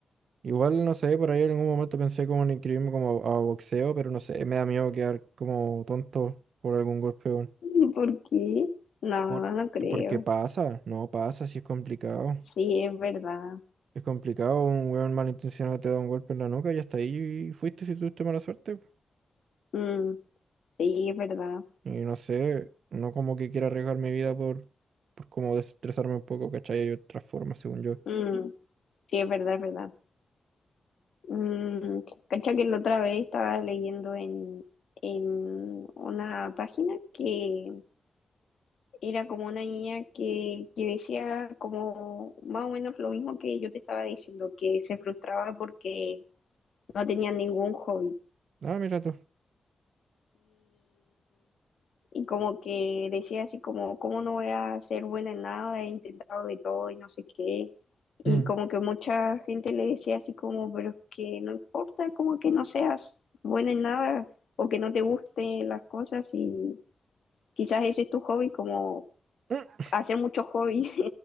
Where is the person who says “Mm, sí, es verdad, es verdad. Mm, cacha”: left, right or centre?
Left